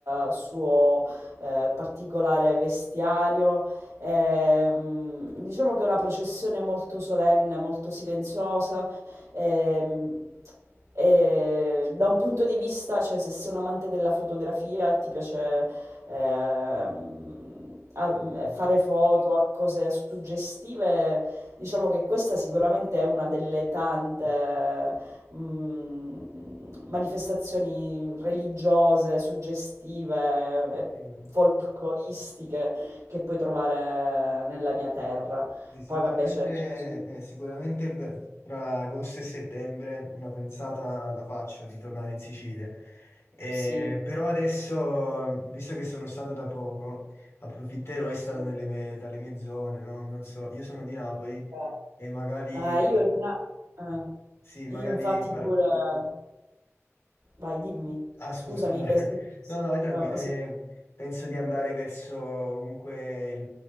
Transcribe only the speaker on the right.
il suo eh, particolare vestiario. Ehm, diciamo che è una processione molto solenne, molto silenziosa. ehm, e da un punto di vista, cioè, se sei un amante della fotografia e ti piace ehm, a-
fare foto a cose suggestive, diciamo che questa sicuramente è una delle tante mm, manifestazioni religiose, suggestive e
folcloristiche che puoi trovare nella mia terra.
Poi vabbè, ce ce ne sono...
Sì,
sì.
cioè, eh.
Ah, io, in- eh,
io infatti
pure... Vai, dimmi.
Scusami
che...
sti- sti-
no, no,
se-